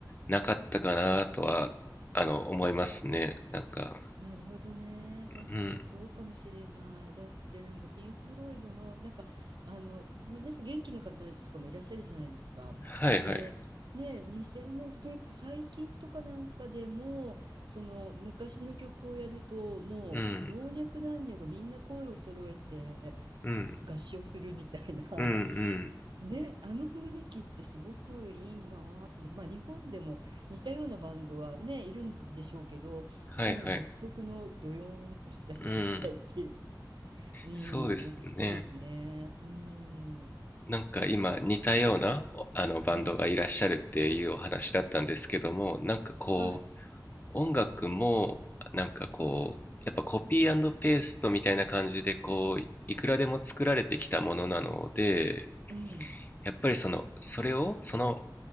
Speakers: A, on the left (about 25°); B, on the right (about 75°).
A: なかったかなとは、
B: うん。
A: あの、思いますね。なんか、
B: なるほどね。確かにそうかもしれない。
A: うん。
B: だってなんかピンク・フロイドのなんかあの皆さん元気な方たちとかもいらっしゃるじゃないですか。
A: はいはい。
B: で、ね、2000年とにかく最近とかなんかでもその昔の曲をやるともう老若男女がみんな声を揃えて
A: うん。うん。
B: 合唱するみたいな
A: うんうん。
B: ね、あの雰囲気ってすごくいいなぁと思って、まあ、日本でも似たようなバンドはね、いるんでしょうけど、やっぱあの独特のドヨーンとした世界っていう、
A: はいはい。うん。
B: う
A: そうですね。
B: ん、なんか好きですね。うん、
A: なんか今似たようなおあのバンドがいらっしゃるっていうお話だったんですけども、
B: うん、
A: なんかこう
B: はい、
A: 音楽もなんかこうやっぱコピーペーストみたいな感じでこういくらでも作られてきたものなので、
B: うん、
A: やっぱりそのそれをその